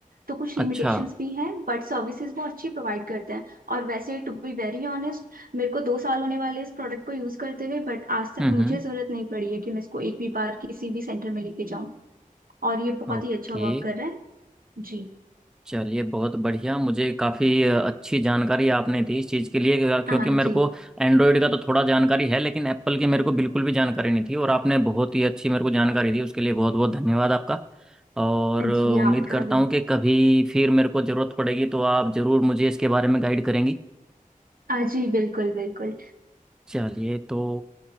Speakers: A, on the right; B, in the centre.
A: तो कुछ
B: अच्छा
A: लिमिटेशंस भी हैं बट सर्विसेज वो अच्छी प्रोवाइड करते हैं और वैसे टू बी वेरी ऑनेस्ट मेरे को दो साल होने वाले इस प्रोडक्ट को यूज करते हुए बट आज तक
B: हम्म
A: मुझे
B: हम्म
A: जरूरत नहीं पड़ी है कि मैं इसको एक भी बार किसी भी सेंटर में लेके जाऊं और ये बहुत
B: ओके
A: ही अच्छा वर्क कर रहा है जी
B: चलिए बहुत बढ़िया मुझे काफ़ी अच्छी जानकारी आपने दी इस चीज़ के लिए क्यों- क्योंकि
A: हाँ
B: मेरे
A: जी
B: को एंड्रॉयड का तो थोड़ा जानकारी है लेकिन एप्पल की मेरे को बिल्कुल भी जानकारी नहीं थी और आपने बहुत ही अच्छी मेरे को जानकारी दी उसके लिए बहुत बहुत धन्यवाद आपका और अ,
A: जी
B: उम्मीद
A: आपका
B: करता
A: भी
B: हूँ कि कभी फिर मेरे को ज़रूरत पड़ेगी तो आप ज़रूर मुझे इसके बारे में गाइड करेंगी
A: हाँ जी बिल्कुल बिल्कुल
B: चलिए तो